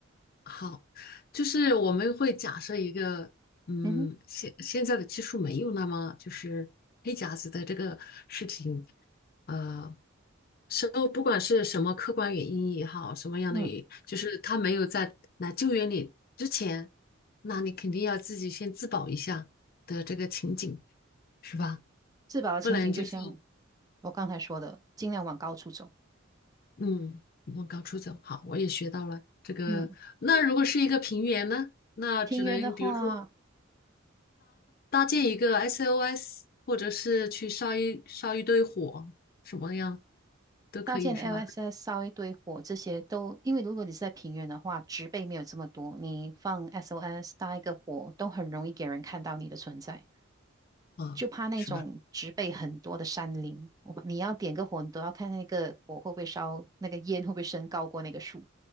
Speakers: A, on the left; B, on the right.
A: 好，就是我们会假设一个，嗯，
B: 嗯哼，
A: 现现在的技术没有那么就是黑匣子的这个事情，呃，是不管是什么客观原因也好，什么样的原因，
B: 嗯，
A: 就是他没有在来救援你之前，那你肯定要自己先自保一下的这个情景，是吧？
B: 自保的情景就像
A: 不能就是。
B: 我刚才说的，尽量往高处走。
A: 嗯，往高处走，好，我也学到了这个。
B: 嗯，
A: 那如果是一个平原呢？那只能比如说
B: 平原的话。
A: 搭建一个 SOS，或者是去烧一烧一堆火，什么样都可以是吧？
B: 搭建 LSS 烧一堆火，这些都因为如果你是在平原的话，植被没有这么多，你放 SOS 搭一个火都很容易给人看到你的存在。
A: 嗯，
B: 就怕那种植被很多的山林，
A: 是吧？
B: 我你要点个火，你都要看那个火会不会烧，那个烟会不会升高过那个树。